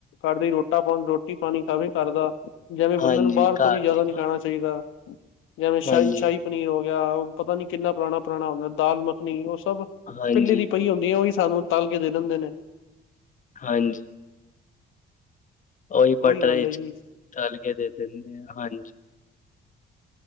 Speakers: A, on the left; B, on the left.
A: ਘਰ ਦੀ ਰੋਟਾ ਪਾ ਰੋਟੀ -ਪਾਣੀ ਖਾਵੇ ਘਰ ਦਾ ਜਿਵੇਂ ਬੰਦੇ
B: ਹਾਂਜੀ
A: ਨੂੰ, ਬਾਹਰ
B: ਘਰ
A: ਤੋਂ ਵੀ ਜ਼ਿਆਦਾ
B: ਦਾ ਹੀ
A: ਨਈ
B: ਖਾਓ
A: ਖਾਣਾ ਚਾਹੀਦਾ ਜਿਵੇਂ ਸ਼ਾਹੀ
B: ਹਾਂਜੀ
A: -ਸ਼ਾਹੀ ਪਨੀਰ ਹੋ ਗਿਆ ਉਹ ਪਤਾ ਨੀ ਕਿੰਨਾ ਪੁਰਾਣਾ -ਪੁਰਾਣਾ ਹੁੰਦਾ ਦਾਲ ਮੱਖਣੀ, ਉਹ ਸਭ
B: ਹਾਂਜੀ
A: ਪਿੱਲੇ ਦੀ ਪਈ ਹੁੰਦੀ ਹੈ, ਉਹੀ ਸਾਨੂੰ ਤਲ ਕੇ ਦੇ ਦਿੰਦੇ ਨੇ
B: ਹਾਂਜੀ। ਓਹੀ
A: ਉਹੀ
B: ਬਟਰੇ
A: ਗੱਲ ਹੈ
B: ਚ
A: ਜੀ
B: ਤਲ ਕੇ, ਦੇ ਦਿੰਦੇ ਆ ਹਾਂਜੀ